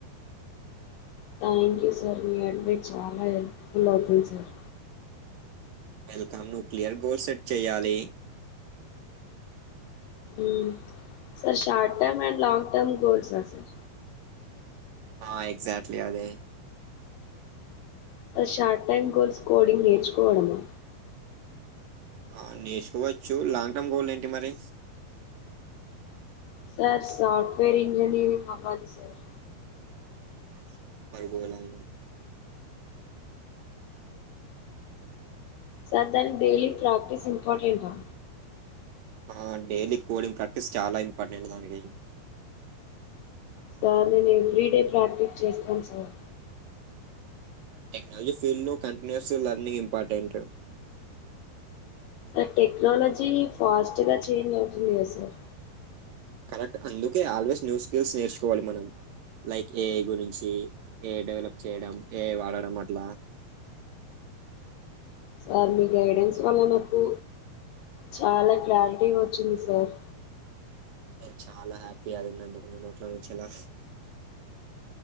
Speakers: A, on the left; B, on the right.
A: థ్యాంక్ యూ సర్ మీ అంట చాలా హెల్ప్ఫుల్ అవుతుంది sir
B: welcome nuclear goal set చెయ్యాలి
A: ఊ sir short term and long term గోల్సా సార్
B: ఆ ఎగ్జాక్ట్లీ అదే
A: sir short time goals coding నేర్చుకోవడమా
B: ఆ నేర్చుకోవచ్చు లాంగ్ టర్మ్ గోల్ ఏంటి మరి
A: సార్ సాఫ్ట్వేర్ ఇంజనీరింగ్ అవ్వాలి సార్
B: స్తు పర్గువాలాం
A: సర్ దానికి డైలీ ప్రాక్టీస్ ఇంపార్టెంటా
B: ఆ డేలీ కోడింగ్ ప్రాక్టీస్ చాలా ఇంపార్టెంట్ దానికి
A: సార్ నేను ఎవ్రీ డే ప్రాక్టీస్ చేస్తను సార్
B: టెక్నాలజీ ఫీల్డ్ లో continuous learning important
A: sir technology fast గా చేంజ్ అవుతుంది కదా సర్
B: కరెక్ట్ అందుకే ఆల్వేస్ న్యూ స్కిల్స్ నేర్చుకొవలి మనం లైక్ ఏఐ గురించి ఏ డెవలప్ చేయడం ఏఐ వాడడం అట్లా
A: సార్ మీ గైడెన్స్ వల్ల నాకు చాలా క్లారిటీ ఓచ్చింది సార్
B: నేను చాలా హ్యాపీ అదిన్నుదుకు నీ నోట్ల నుంచి ఎలా ఫ్